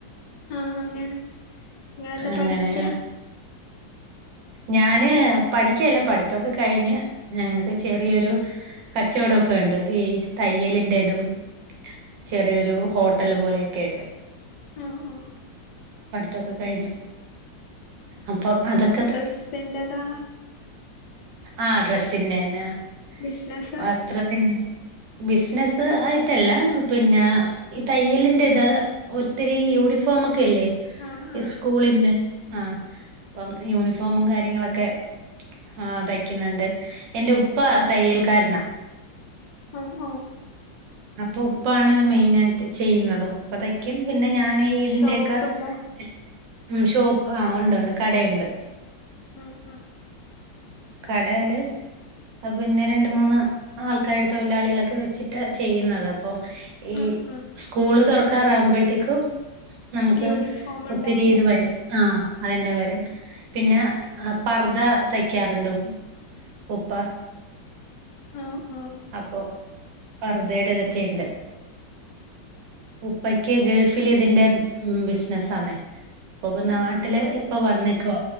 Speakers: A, on the left; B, on the right.
A: ആഹ അങ്ങനെങ്ങ
B: അങ്ങനെ
A: പഠിക്കുക
B: ഞാന് പഠിക്കല്ല പഠിത്തൊക്കെ കഴിഞ്ഞ് ഞങ്ങൾക്ക് ചെറിയൊരു കച്ചവടൊക്കെ ഉണ്ട് ഈ തയ്യലിറതും ചെറിയൊരു ഹോട്ടല് പോലെയൊക്കെ ഉണ്ട്
A: ആഹ് ഓഹ്
B: പഠിത്തൊക്കെ കഴിഞ്ഞു അപ്പൊ അത്
A: ഡ്രെസ്സിൻ്റതാണോ
B: ആഹ് ഡ്രെസ്സിന്റേനാ ആഹ്
A: ബിസിനസാ
B: വസ്ത്രത്തിന് ബിസ്നസ് ആയിറ്റല്ല പിന്നെ ഈ തയ്യലിന്റി ത് ഒത്തിരി യൂണിഫോമ ക്കെല്ലെ
A: ആഹ്
B: ഈ
A: ആഹ്
B: സ്കൂളിന്റെ ആഹ് അപ്പം യൂണിഫോമും കാര്യങ്ങളൊക്കെ ആഹ് തൈക്കുന്നുണ്ട് എന്റെ ഉപ്പ തയ്യൽക്കാരനാ
A: ഒ ഒ
B: അപ്പൊ ഉപ്പആണത് മെയിൻ ആയിറ്റ് ചെയ്യുന്നതും ഉപ്പതൈക്യും പിന്നെ ഞാൻ ഇതിന്റെക്കാ
A: ഷോപ്പുണ്ടോ
B: എ മ് ഷോപ്പ് ആ ഒണ്ട് ഒണ്ട് ആ കടയൊണ്ട്
A: ആഹ് ആഹ്
B: കടെൽ അ പിന്നെ രണ്ട് മൂന്ന് ആൾക്കാര് തൊയിലാളികളൊക്കെ വെച്ചിട്ട് ചെയ്യുന്നത് അപ്പം ഈ
A: ആഹ് ആഹ്
B: സ്കൂള് തോറക്കാർ ആ മ്പഴ്തെക്കും നമുക്ക്
A: യൂണിഫോം ഉണ്ടാവൂലേ
B: ഒത്തിരി ഇത് വരും ആ അതിന്റെ വരും പിന്നെ പർദ്ദ തൈക്കാറുണ്ട് ഉപ്പ
A: ആഹ് ഓഹ്
B: അപ്പൊ പർദ്ദടെ ഇതൊക്കെഇണ്ട് ഉപ്പെക്ക് ഗൾഫിൽ ഇതിന്റെ മ് ബിസിനസ് ആന്നേ അപ്പൊ
A: ആഹ്
B: നാട്ടില് ഇപ്പൊ വന്നേക്കുവ